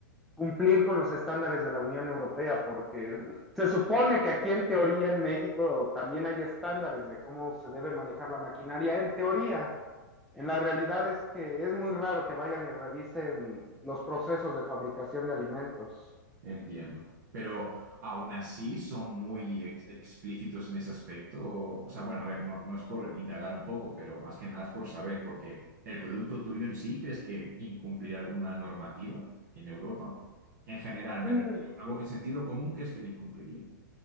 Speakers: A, in the centre; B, on the right (about 60°).
A: cumplir con los estándares de la Unión Europea, porque <laughs> se supone que aquí en teoría en México también hay estándares de cómo se debe manejar la maquinaria, en teoría. En la realidad es que es muy raro que vayan y revisen los procesos de fabricación de alimentos.
B: Entiendo. Pero aún así son muy ex- explícitos en ese aspecto. O sea, bueno, a ver, no, no es por indagar un poco, pero más que nada es por saber, porque el producto tuyo en sí, ¿crees que incumplirá alguna normativa en Europa? En general, me
A: Mm,
B: refiero. ¿Algo en sentido común crees que le incumpliría?